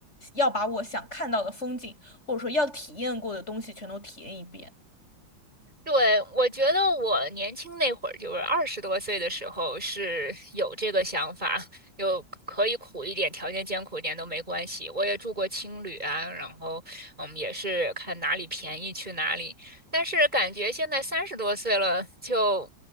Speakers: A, on the left; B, on the right.
A: 要把我想看到的风景，或者说要体验过的东西全都体验一遍。
B: 对，我觉得我年轻那会儿，就是二十多岁的时候，是有这个想法，有可以苦一点，条件艰苦一点都没关系。我也住过青旅啊，然后嗯，也是看哪里便宜去哪里。但是感觉现在三十多岁了，就